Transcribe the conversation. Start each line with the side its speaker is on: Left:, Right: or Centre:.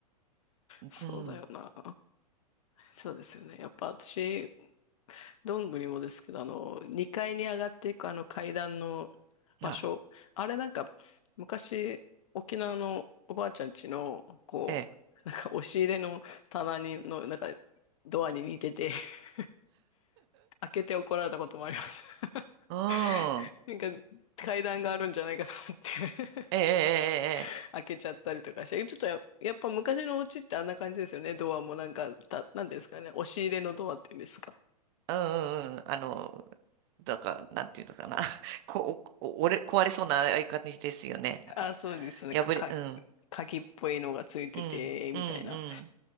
Right: うん。
Left: そうだよな。そうですよね。やっぱ私、どんぐりもですけど、あの、2階に上がっていくあの階段の場所。
Right: は
Left: あれなんか、昔、沖縄のおばあちゃん家の、こか
Right: い。ええ。
Left: <laughs> 押し入れの棚に、の、なんか、ドアに似てて、<laughs> 開けて怒られたこともありました。
Right: うん。
Left: <laughs> なんか、階段があるんじゃないかと思って
Right: ええ、ええ、
Left: <laughs>
Right: ええ。
Left: 開けちゃったりとかして、ちょっとや、やっぱ昔のお家ってあんな感じですよね。ドアもなんか、た、なんていうんですかね。押し入れのドアっていうんですか。
Right: ええうんうんうん。あの、なんか、なんていうのかな。<laughs> こ、お、お、折れ、壊れそうなああいう感じですよね。なんか、
Left: あ、そうですよね。
Right: 破れ、
Left: か、か
Right: うん。
Left: 鍵っぽいのがついてて、
Right: うん。
Left: みたいな。
Right: うん。うん。